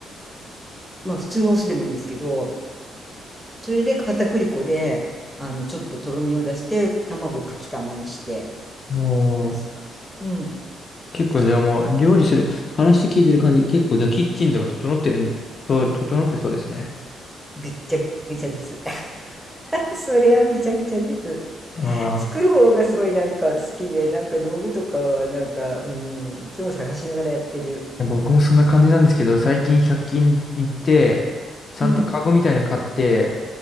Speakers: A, in the centre; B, on the left.
A: まあ、普通のお酢でもいいんですけど、それで片栗粉で、あの、ちょっととろみを出して、卵をかきたまにして
B: もう、
A: 出す感じ。うん。
B: 結構じゃあもう、料理する、話聞いてる感じ、結構じゃあキッチンとか整ってるん、と、整ってそうですね。
A: ぐっちゃぐちゃです。<laughs> それはぐちゃぐちゃです。
B: ああ。
A: 作る方がすごいなんか好きで、なんか道具とかはなんか、うん、いつも探しながらやってる。
B: や僕もそんな感じなんですけど、最近100均に行って、ちゃんとカゴみたいなの買って、
A: うん、